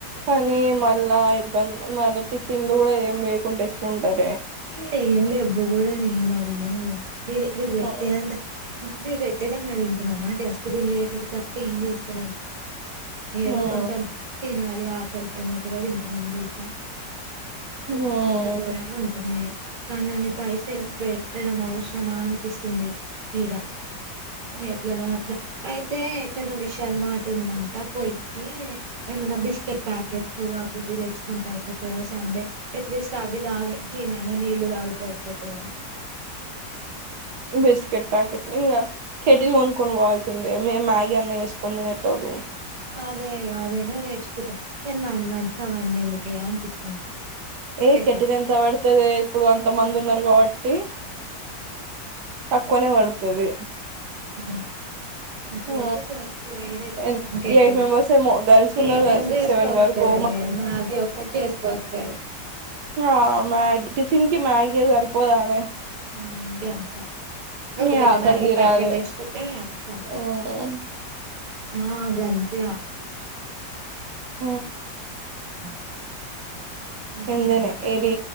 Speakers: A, on the right; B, on the right.
A: కానీ మళ్ళా ఇబ్బంది మళ్ళా టిఫిన్ లో కూడా ఏమి వేయకుంే ఎట్లఉంటరు
B: ఇడ ఏం లే ఇవ్వ కూడనే మరి మీర్ వీరు పెట్టేదంత
A: ఉమ్
B: వీడు పెట్టేదేమన్న వింటున్నామా డస్ట్బిన్ లో వేసుడు తప్పి ఏం చేస్తలేం ఏదో
A: ఉమ్
B: కొంచెం తినాలి ఆకలికి అన్నట్టుగా తింటున్నాం తెలుసా
A: ఉమ్
B: అంత గోరాంగా ఉ న్నాయి కానీ అన్ని పైసలే పెట్టడం అవసరమా అనిపిస్తుంది ఈడ ఎట్లనో అట్లా అయితే ఎక్కన్నో విశాల్ మాట్ ఉందంట పోయి ఏమైనా బిస్కెట్ ప్యాకెట్స్ అవి ఇవి తెచ్చుకుంటా అయిపోతాయిో సండే ఎట్లీస్ట్ అవి తాగి తిని అయినా నీళ్లు తాగుటే అయిపోతదని
A: బిస్కిట్ ప్యాకెట్ లు ఇగ కెటిలు కొనుక్కోని పోవాల్సిందే మేము మ్యాగీ అన్న వేసుకొని తినేటోళ్ళు
B: అదే అదైనా అది నేర్చుకుంటాం కానీ వన్ మంత్ క వన్ని ఎందుకే అనిపిస్తుంది
A: ఏ
B: కెటిల్
A: కట్టిన్ ఎంత పడుతదే ఇప్పుడు అంత మంది ఉన్నారు కాబట్టి తక్కువనే పడుతది
B: అవునా అట్లయితె
A: ఆ
B: తక్కువాయ్యేదే ఎతుకుంటాం
A: ఎన్
B: కెటీలు
A: ఎయిట్ మెంబర్స్ ఏమో గర్ల్స్ ఉన్నారు
B: ఏమేమి
A: కదా సిక్స్
B: చేసుకోస్తదే
A: సెవెన్ వరకు
B: మ్యాగీ ఒకటి చేసుకొస్తదీ
A: అ మ్యాగి టిఫిన్ కి మ్యాగీ సరిపోదానే
B: హ్మ్ ఇంతే
A: ఇగ
B: ఒక పెద్ద
A: ఆకలి
B: మ్యాగీ
A: తీరాలే
B: ప్యాకెట్ తెచ్చుకుంటే చాలు
A: మ్మ్
B: అ గంతే
A: ఆ
B: <inaudible> ఇంకేంది
A: ఎందోనే ఏడి